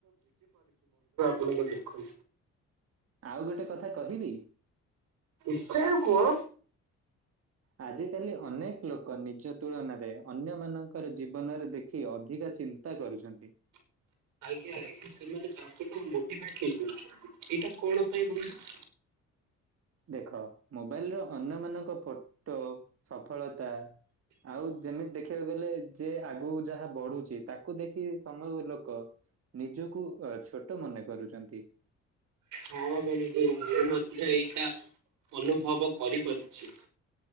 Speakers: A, on the right (about 85°); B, on the right (about 50°).
A: କଣକୁ ଦେଖୁ।
B: ଆଉ ଗୋଟେ କଥା କହିବି?
A: ନିଶ୍ଚୟ କୁହ।
B: ଆଜିକାଲି ଅନେକ ଲୋକ ନିଜ ତୁଳନାରେ ଅନ୍ୟ ମାନଙ୍କର ଜୀବନରେ ଦେଖି ଅଧି ଚିନ୍ତା କରୁଚନ୍ତି।
A: <inaudible> ଆଜ୍ଞା ଆଜ୍ଞା ସେମାନେ ତାଙ୍କଠୁ ମୋଟି ଫାଏ ଠିକ କରୁଛନ୍ତି ଏଇଟା କ, ଣ ପାଇଁ କହିଲୁ। <inaudible>
B: ଦେଖ ମୋବାଇଲ ଲୋ ଅନ୍ୟମାନଙ୍କ ଫଟୋ, ସଫଳତା ଆଉ ଯେମିତି ଦେଖିବାକୁ ଗଲେ ଯେ ଆଗୁ ଯାହା ବଢ଼ୁଚି ତାକୁ ଦେଖି ସମୟ ଲୋକ। ନିଜକୁ ୱ ଛୋଟ ମନେ କରୁଚନ୍ତି।
A: ହଁ ବନ୍ଧୁ ମୁଁ ମଧ୍ୟ ଏଇଟା ଅନୁଭବ କରିପାରୁଛି।